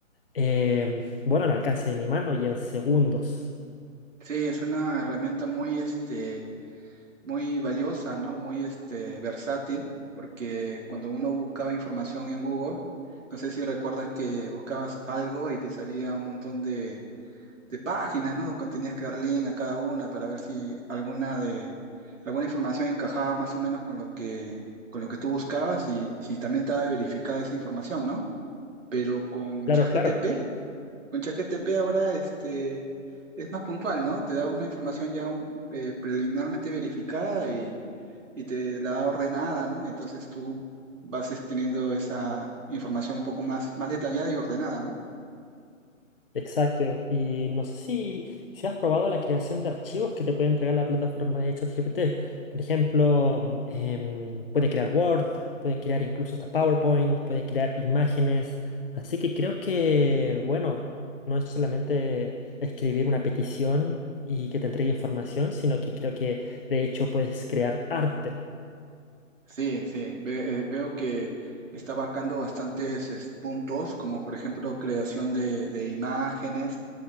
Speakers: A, on the left; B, on the right.
A: eh, bueno, al alcance de mi mano y en segundos.
B: Sí, es una herramienta muy, este, muy valiosa, ¿no? Muy, este, versátil, porque cuando uno buscaba información en Google, no sé si recuerdas que buscabas algo y te salía un montón de, de páginas, ¿no? Que Tenías que dar link a cada una para ver si alguna de, alguna información encajaba más o menos con lo que, con lo que tú buscabas y si también estaba verificada esa información, ¿no? Pero con
A: Claro,
B: ChatGPT
A: claro.
B: con ChatGPT ahora este, es más puntual, ¿no? Te da una información ya mm, eh, preliminarmente verificada y, y te la da ordenada, ¿no? Entonces tú vas es, teniendo esa información un poco más, más detallada y ordenada, ¿no?
A: Exacto. Y no sé si, si has probado la creación de archivos que te puede entregar la plataforma de ChatGPT. Por ejemplo, mm, em, puede crear Word, puede crear incluso hasta PowerPoint, puede crear imágenes. Así que creo que, bueno, no es solamente escribir una petición y que te entregue información, sino que creo que de hecho puedes crear arte.
B: Sí, sí, ve- eh, veo que está abarcando bastantes es, puntos, como por ejemplo creación de, de imágenes,